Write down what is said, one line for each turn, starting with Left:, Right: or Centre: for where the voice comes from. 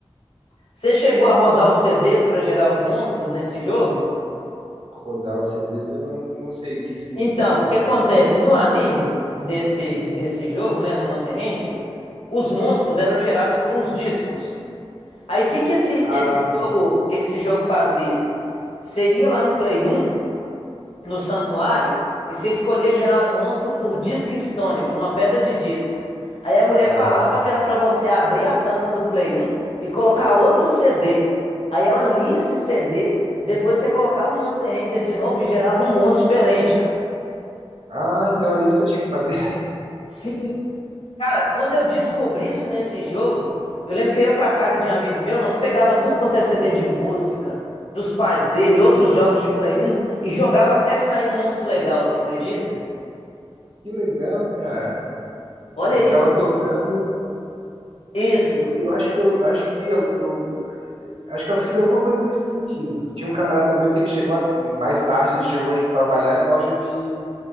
Left: Você chegou a rodar os CDs pra gerar os monstros nesse jogo?
Right: Rodar os CDs, eu não, não sei o que significa
Left: Então,
Right: isso.
Left: o que acontece? No anime desse, desse jogo, né? No Monster Hunter, os monstros eram gerados por uns discos. Aí o que, que esse,
Right: Ah,
Left: esse jogo, esse jogo fazia? Você ia lá no Play um no santuário e você escolhia gerar um monstro por disc stone, por uma pedra de disco. Aí a mulher
Right: aham.
Left: falava que era pra você abrir a tampa do Play 1 e colocar outro CD. Aí ela lia esse CD, depois você colocava o Monster Hunter de novo e gerava um monstro diferente, cara.
Right: Ah, então era isso que eu tinha que fazer. <laughs>
Left: Sim. Cara, quando eu descobri isso nesse jogo, eu lembro que eu ia pra casa de um amigo meu, nós pegava tudo quanto é CD de música, dos pais dele, outros jogos de Play 1 e jogava até sair um monstro legal, você acredita?
Right: Que legal, cara.
Left: Olha
Right: E
Left: isso.
Right: ficava tocando.
Left: Isso.
Right: E Eu, eu acho que eu acho que eu, eu- acho que eu fiz alguma coisa nesse sentido. Tinha um camarada meu que ele chegou a- mais tarde, ele chegou a trabalhar em loja de